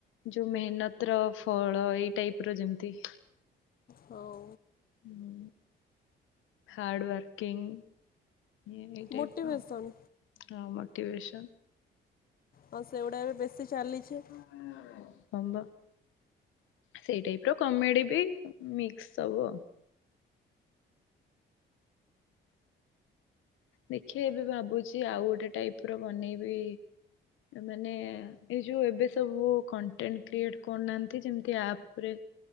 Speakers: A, on the left; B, on the left.
A: ଯୋଉ ମେହନତ ର ଫଳ ଏଇ ଟାଇପ ର ଯେମିତି।
B: ହଉ।
A: ହୁଁ, ହାର୍ଡୱର୍କିଂ ଏ ଏଇ ଟାଇପର।
B: Motivation
A: no motivation.
B: ତ ସେଇଗୁଡ଼ା ବି ବେଶୀ ଚାଲିଚି।
A: ହଁ, ପା। ସେଇ ଟାଇପ ର କମେଡି ବି ମିକ୍ସ ସବୁ ଆଉ। ଦେଖିଆ ଏବେ ଭାବୁଚି ଆଉ ଗୋଟେ ଟାଇପ ର ବନେଇବି ମାନେ ଏ ଯୋଉ ଏବେ ସବୁ କଣ୍ଟେଣ୍ଟ କ୍ରିଏଟ କରୁନାହାନ୍ତି ଯେମିତି ଆପ ରେ